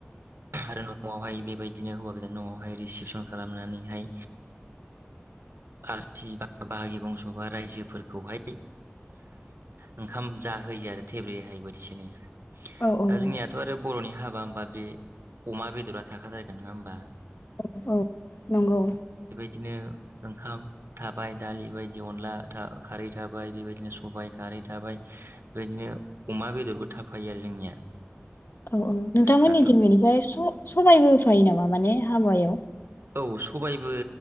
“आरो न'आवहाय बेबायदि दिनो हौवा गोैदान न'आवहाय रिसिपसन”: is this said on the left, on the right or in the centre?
Right